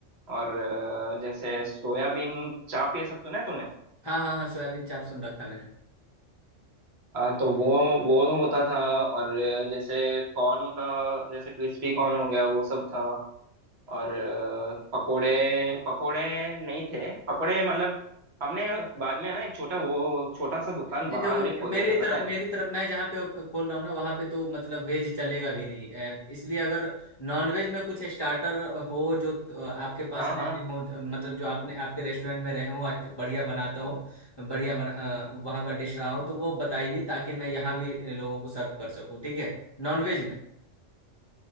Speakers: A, on the right; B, on the left.
A: और अ, जैसे सोयाबीन चाप ये सब सुना है तूने
B: हाँ हाँ हाँ सोयाबीन चाप सुन रखा मैंने
A: अ, तो वो वो होता था और अ, जैसे कॉर्न का जैसे क्रिस्पी कॉर्न हो गया वो सब था और अ, पकोड़े पकोड़े नहीं थे पकोड़े मतलब हमने बाद में ना एक छोटा वो छोटा सा दुकान
B: नहीं
A: बाहर
B: देखो
A: भी खोल
B: मेरी
A: दिया था
B: तरफ
A: पता है
B: मेरी तरफ मैं जहाँ पे खोल रहा हूँ ना वहाँ पे तो मतलब वेज चलेगा भी नहीं अ, इसलिए अगर नॉन वेज में कुछ स्टार्टर हो जो अ, आपके पास
A: हाँ
B: रहते
A: हाँ
B: हो ज- मतलब जो आपने आपके रेस्टोरेंट में रहे हो आज बढ़िया बनाता हो बढ़िया बना अ, वहाँ का डिश रहा हो तो वो बताइए ताकि मैं यहाँ भी लोगों को सर्व कर सकूँ ठीक है नॉन वेज में